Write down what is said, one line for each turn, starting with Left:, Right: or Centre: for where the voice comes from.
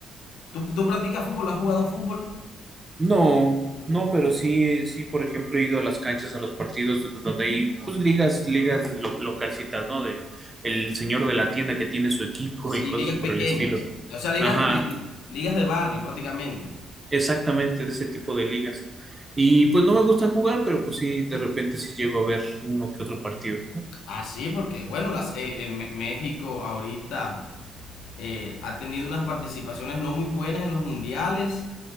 Left: ¿Tú, tú practicas fútbol? ¿Has jugado fútbol?
Right: No, no, pero sí, sí, por ejemplo, he ido a las canchas, a los partidos donde hay pues ligas, ligas lo- localcitas, ¿no? De el señor de la tienda que tiene su equipo
Left: Sí,
Right: y cosas
Left: ligas
Right: por
Left: pequeñas.
Right: el estilo.
Left: O sea, ligas,
Right: Ajá,
Left: li- ligas de barrio prácticamente.
Right: exactamente de ese tipo de ligas. Y pues no me gusta jugar, pero pues sí, de repente sí llego a ver uno que otro partido.
Left: Ah, sí, porque bueno, las, eh, en Me- México ahorita eh, ha tenido unas participaciones no muy buenas en los mundiales